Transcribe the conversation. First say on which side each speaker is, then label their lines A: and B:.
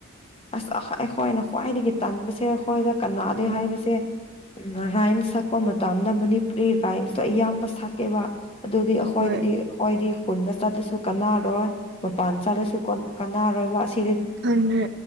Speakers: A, on the left (about 25°); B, on the right (about 55°).
A: ꯑꯁ ꯑꯩꯈꯣꯏꯅ ꯈ꯭ꯋꯥꯏꯗꯒꯤ ꯇꯟꯕꯁꯦ ꯑꯩꯈꯣꯏꯗ ꯀꯅꯥꯗꯦ
B: ꯎꯝ
A: ꯍꯥꯏꯕꯁꯦ ꯔꯥꯏꯝꯁ ꯁꯛꯄ ꯃꯇꯝꯗ ꯃꯅꯤꯄꯨꯔꯤ ꯔꯥꯏꯝꯁꯇꯣ ꯑꯌꯥꯝꯕ ꯁꯛꯀꯦꯕ ꯑꯗꯨꯗꯤ ꯑꯩꯈꯣꯏꯗꯗꯤ
B: ꯍꯣꯏ
A: ꯑꯩꯈꯣꯏꯗꯤ ꯈꯨꯟꯗ ꯆꯠꯂꯁꯨ ꯀꯥꯟꯅꯥꯔꯣꯏ ꯃꯄꯥꯟ ꯆꯠꯂꯁꯨ ꯀ ꯅꯥꯔꯣꯏꯕ ꯑꯁꯤ
B: ꯈꯪꯗ꯭ꯔꯦ